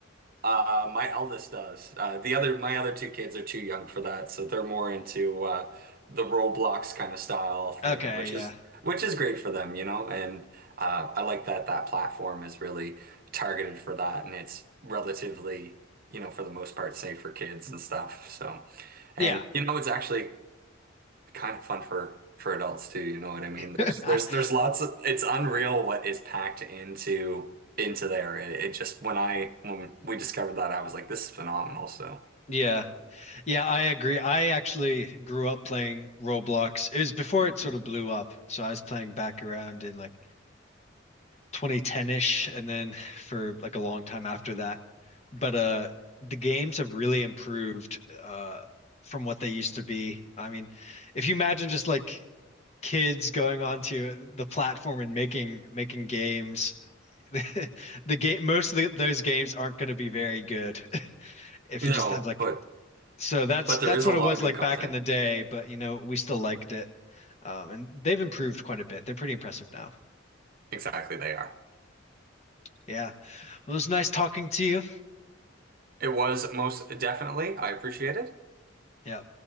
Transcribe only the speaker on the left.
Okay,
yeah.
Yeah.
<laughs>
Yeah. Yeah, I agree. I actually grew up playing Roblox. It was before it sort of blew up. So I was playing back around in like 2010-ish and then for like a long time after that. But uh the games have really improved uh from what they used to be. I mean, if you imagine just like kids going onto the platform and making making games, <laughs> the game most of the, those games aren't going to be very good <laughs> if
you just have like
so that's
that's
what
it was
like
back in the day, but you know, we still liked it. Um, and they've improved quite a bit. They're pretty impressive now.
Yeah. Well, it was nice talking to you.
Yeah.